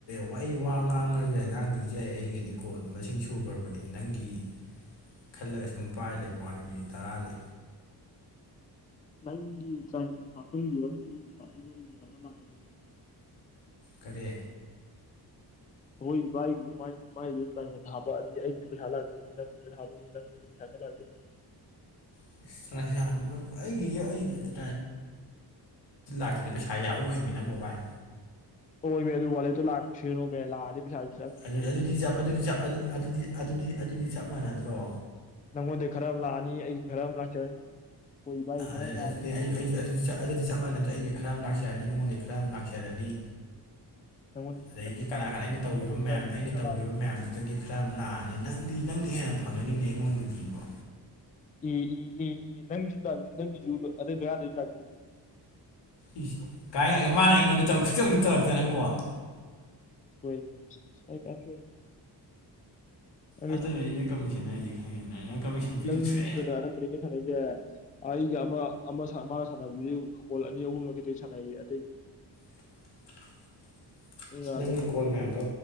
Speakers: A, on the left; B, on the left.
A: ꯋꯥ ꯑꯩ ꯋꯥ ꯉꯥꯡꯉꯁꯨ ꯌꯥꯏ ꯉꯥꯡꯗ꯭ꯔꯁꯨ ꯌꯥꯏ ꯑꯩꯒꯤꯗꯤ ꯀꯣꯜ ꯃꯁꯤꯡ ꯁꯨꯈ꯭ꯔꯕꯅꯦ ꯅꯪꯒꯤ ꯈꯜꯂꯒ ꯁꯨꯝ ꯄꯥꯏ ꯂꯩꯕꯩꯋꯥꯅꯦ ꯃꯤꯅꯤꯠ ꯇꯔꯥꯁꯦ
B: ꯅꯪꯒꯤ ꯇ꯭ꯔꯥꯟꯀꯔ꯭ꯤꯞꯁꯟ ꯍꯥꯞꯄꯟꯈꯤꯕ ꯑꯩ ꯄꯩꯁꯥ ꯑꯩꯉꯣꯟꯗꯒꯤ ꯄꯩꯁꯥ ꯈꯔꯥ ꯂꯥꯛꯇꯧꯅꯤꯅꯦ
A: ꯀꯔꯤ
B: ꯑꯈꯣꯏ ꯏꯚꯕꯥꯏꯒꯤꯁꯨ ꯃꯥꯏꯁꯨ ꯃꯥꯏꯁꯨ ꯇ꯭ꯔꯥꯟꯁꯟ ꯍꯥꯞꯄꯛꯑꯗꯤ ꯑꯩꯁꯨ ꯄꯩꯁꯥ ꯂꯥꯛꯇꯣꯏꯅꯤ ꯅꯉꯣꯟꯗ ꯊꯕ ꯅꯪ ꯄꯩꯁꯥ ꯈꯔꯥ ꯂꯥꯛꯇꯣꯏꯅꯤ
A: <unintelligible> ꯑꯩꯒꯤꯗꯤ ꯑꯩꯗꯤ <unintelligible> <unintelligible> ꯑꯗꯨꯗꯤ ꯄꯩꯁꯥ ꯌꯥꯎꯔꯛꯑꯣꯏꯃꯤ ꯅꯪꯕꯣ ꯚꯥꯏ
B: ꯍꯣꯏꯃꯤ ꯑꯗꯨ ꯋꯥꯂꯦꯠꯇꯣ ꯂꯥꯛꯁꯥꯅꯣꯃꯤ ꯂꯥꯛꯑꯗꯤ ꯄꯩꯁꯥ
A: ꯑꯗꯨꯗ ꯑꯗꯨꯗꯤ ꯆꯞ ꯑꯗꯨꯗꯤ ꯆꯞ ꯑꯗꯨꯗꯤ ꯑꯗꯨꯗꯤ ꯑꯗꯨꯗꯤ ꯆꯞ ꯃꯥꯟꯅꯗ꯭ꯔꯣ
B: ꯅꯪꯉꯣꯟꯗꯩ ꯈꯔ ꯑꯃ ꯂꯥꯛꯑꯅꯤ ꯑꯩꯒꯤ ꯈꯔ ꯑꯃ ꯂꯥꯛꯆꯔꯅꯤ ꯑꯩꯈꯣꯏ ꯏꯕꯥꯏ ꯈꯔ
A: ꯑꯥꯏ
B: ꯑꯃ ꯂꯥꯛꯑꯅꯤ
A: ꯑꯗꯨꯗꯤ ꯑꯩ ꯑꯩꯖꯨ ꯑꯗꯨꯗꯤ ꯑꯗꯨꯗꯤ ꯆꯞ ꯃꯥꯟꯅꯗꯥ ꯑꯩꯒ ꯈꯔ ꯑꯃ ꯂꯥꯛꯆꯔꯅꯤ ꯅꯉꯣꯟꯗꯩꯩ ꯈꯔ ꯑꯃ ꯂꯥꯛꯆꯔꯅꯤ
B: ꯅꯪꯉꯣꯟꯗꯩ ꯁꯤꯌꯔ
A: ꯑꯗꯒꯤ
B: ꯈꯔ
A: ꯀꯅꯥ
B: ꯂꯥꯛꯑꯅꯤ
A: ꯀꯅꯥ ꯑꯩꯅ
B: ꯃꯣꯏ-
A: ꯇꯧꯈꯤꯕ
B: ꯑꯩꯈꯣꯏ
A: ꯃꯌꯥꯝ
B: ꯏꯕꯥꯏꯒꯤ
A: ꯑꯩꯅ
B: ꯁꯤꯌꯔ ꯈꯔ
A: ꯇꯧꯈꯤꯕ
B: ꯂꯥꯛꯑꯅꯤ
A: ꯃꯌꯥꯝꯗꯨꯗꯒꯤ ꯈꯔ ꯑꯃ ꯂꯥꯛꯑꯅꯤ ꯅꯪꯗꯤ ꯅꯪꯅ ꯍꯦꯟꯅ ꯐꯪꯉꯅꯤꯅꯦ ꯑꯩꯉꯣꯟꯗꯒꯤ ꯏꯕꯣ
B: ꯑꯦ ꯑꯦ ꯑꯦ ꯑꯦ ꯅꯪꯒꯤꯁꯨ ꯂꯥꯛꯅꯤ ꯅꯪꯒꯤꯁꯨ ꯑꯗꯩ ꯃꯌꯥꯥꯗꯨꯗꯥ <unintelligible>
A: ꯏꯁ ꯀꯥꯏ ꯂꯥꯛꯒꯦ ꯃꯥꯅ ꯑꯩꯉꯣꯟꯗ ꯇꯧꯁꯨ <unintelligible> ꯇꯧꯔꯛꯇꯅ ꯀꯣꯜ
B: ꯍꯣꯏꯅꯦ ꯑꯁ ꯑꯩ ꯌꯥꯝ ꯁꯣꯏꯈ꯭ꯔꯦ <unintelligible>
A: ꯑꯗꯨꯅꯅꯤ ꯑꯩꯅ ꯀꯃꯤꯁꯟ ꯍꯥꯏꯁꯦ ꯈꯪꯉꯦꯗꯅ ꯅꯪ ꯀꯃꯤꯁꯟ ꯄꯤꯗꯕ
B: ꯅꯪꯗꯥꯅ
A: ꯁꯨꯛꯌꯥ
B: ꯑꯅꯝꯕꯅꯤ ꯀꯩꯅꯣ ꯁꯥꯟꯅꯩꯖꯦ ꯑꯩꯒ ꯑꯃ ꯑꯃ ꯁꯥꯟꯅ ꯃꯥꯒ ꯁꯥꯟꯅꯕꯗꯤ ꯀꯣꯜ ꯑꯅꯤ ꯑꯍꯨꯝꯂꯥ ꯈꯤꯇ ꯁꯥꯟꯅꯩꯌꯦ ꯑꯇꯩꯗꯤ
A: <inaudible>
B: ꯉꯥꯗ
A: ꯅꯪ
B: ꯁꯥꯟꯅꯩꯁꯦ
A: ꯀꯣꯜ ꯃꯌꯥꯝꯗꯣ